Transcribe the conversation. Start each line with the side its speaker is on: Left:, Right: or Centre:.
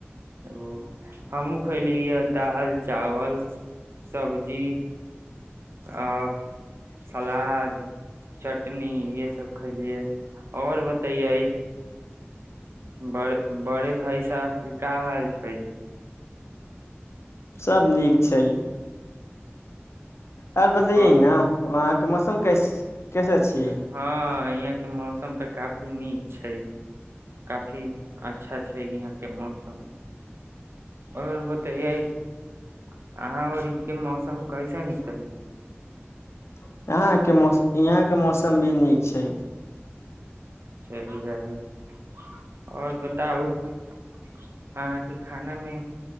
Right: ओ हमहूँ खयली ह दालि चावल सब्जी आ सलाद चटनी इहे सब खैलियै आओर बतैयै बड़े बड़े भाय साहब के का हाल छै
Left: सभ नीक छै आर बतैय
Right: आओर
Left: ने वहाँ मौसम कैस कैसे छियै
Right: हँ यहाँ के मौसम तऽ काफी नीक छै काफी अच्छा छै यहाँ के मौसम आओर बतेये अहा आऔर के मौसम कैसन छै
Left: यहाँ के मौसम यहाँ के मौसम भी नीक छै
Right: चलि जायब आओर बताउ अहाँके खाना मे